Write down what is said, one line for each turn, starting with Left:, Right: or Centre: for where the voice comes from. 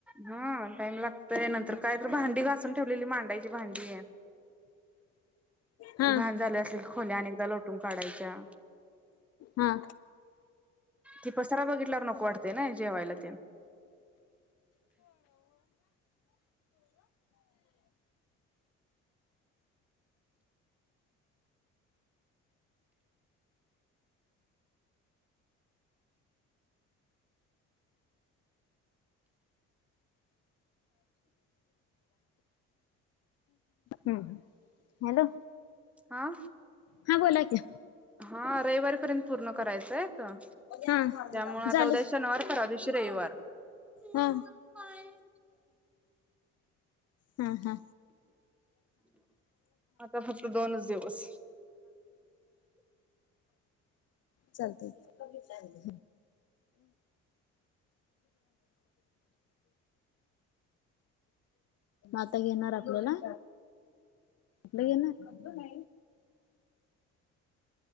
Centre: हा टाइम लागतय नंतर काय तर भांडी घासून ठेवलेली मांडायची भांडी
Left: हा
Centre: घाण झाल्या असतील खोल्या अनेकदा लोट. काढायच्या,
Left: हा
Centre: ते पसारा बघितल्यावर नको वाटतेय नाय जेवायला तेन
Left: हम हॅलो
Centre: हा
Left: हा बोला की
Centre: हा रविवारीपर्यंत पूर्ण करायचंय त्यामुळे
Left: हा
Centre: आता
Left: झाले
Centre: उद्या शनिवार परवाच्या दिवशी रविवार मम
Left: हा
Centre: मम पाणी
Left: हा हा
Centre: आता फक्त दोनच दिवस.
Left: चालुक्य की, आता घेणार आपल्याला नाही घेणारा.